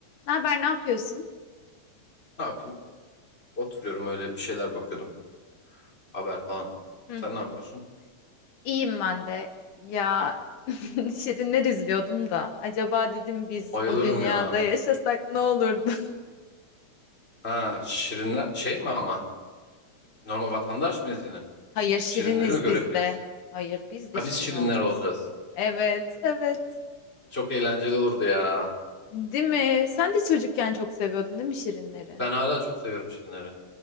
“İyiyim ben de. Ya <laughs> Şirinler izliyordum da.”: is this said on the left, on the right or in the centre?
Left